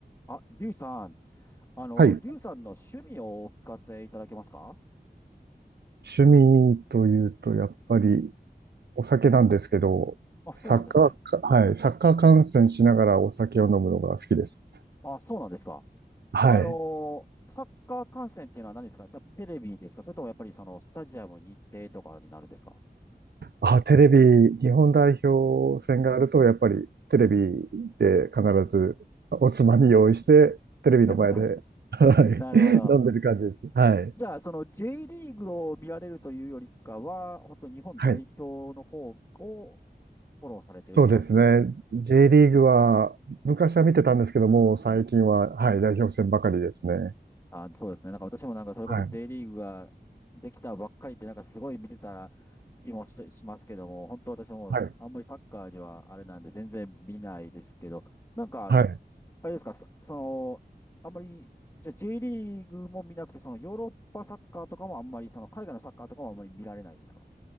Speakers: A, on the left; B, on the right.
A: あ、リュウさん、あの、
B: はい。
A: リュウさんの趣味をお聞かせいただけますか
B: 趣味というと、やっぱりお酒なんですけど、
A: あ、そうなんですね。
B: サッカーか、はい。サッカー観戦しながらお酒を飲むのが好きです。
A: あ、そうなんですか。
B: はい。
A: あの、サッカー観戦っていうのは何ですか多分テレビですかそれともやっぱりそのスタジアムに行ってとかになるんですか
B: あ、テレビ、日本代表戦があると、やっぱりテレビで必ずおつまみ用意して、
A: うん
B: テレビの前で、
A: <laughs>
B: はい。
A: なるほど。
B: 飲んでる感じです。はい。
A: じゃあ、その J リーグを見られるというよりかは、本当日本代表の方を
B: はい。
A: フォローされてるって感じですか
B: そうですね。J リーグは、昔は見てたんですけども、
A: うん。
B: 最近は、はい、代表戦ばかりですね。
A: あ、そうですね。なんか私もなんかそれこそ
B: はい。
A: J リーグができたばっかりってなんかすごい見てた気もし、しますけども、本当私もあんまりサッカーにはあれなんで全然見ないですけど、
B: はい。
A: なんか、
B: はい。
A: あれですか、そその、あんまり、じゃあ J リーグも見なくて、そのヨーロッパサッカーとかもあんまり、その海外のサッカーとかもあんまり見られないんですか